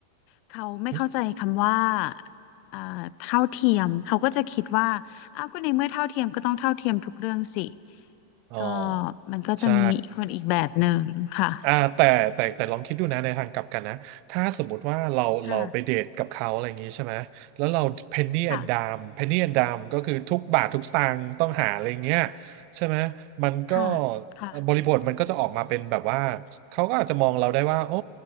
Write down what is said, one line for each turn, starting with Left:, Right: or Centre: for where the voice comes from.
Left: เขาไม่เข้าใจคำว่า
Right: หึ
Left: อ่าเท่าเทียมเขาก็จะคิดว่าอ้าวก็ในเมื่อเท่าเทียมก็ต้องเท่าเทียมทุกเรื่องสิ
Right: อ๋อ
Left: ก็มันก็จะมีอีกคนอีกแบบหนึ่งค่ะ
Right: ใช่ อ่าแต่แต่แต่ลองคิดดูนะในทางกลับกันนะถ้าสมมุติว่าเราเราไปเดทกับเขาอะไรอย่างงี้ใช่ไหมแล้วเรา
Left: ค่ะ
Right: penny
Left: ค่ะ
Right: and dime penny and dime ก็คือทุกบาททุกสตางค์ต้องหาอะไรอย่างเงี้ยใช่ไหมมันก็
Left: ค่ะค่ะ
Right: บริบทมันก็จะออกมาเป็นแบบว่าเขาก็อาจจะมองเราได้ว่าโอ้